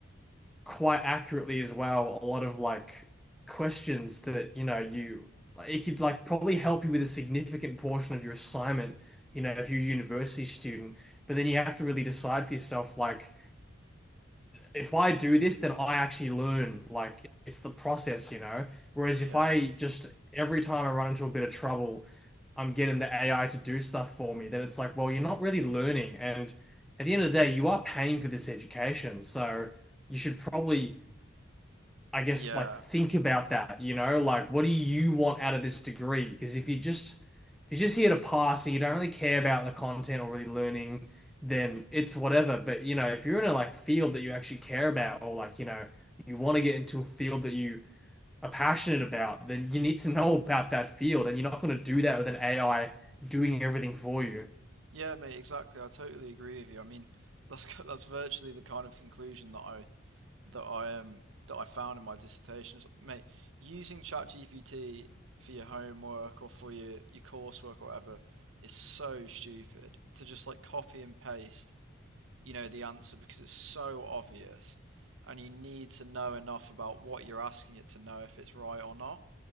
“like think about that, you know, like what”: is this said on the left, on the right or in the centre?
Centre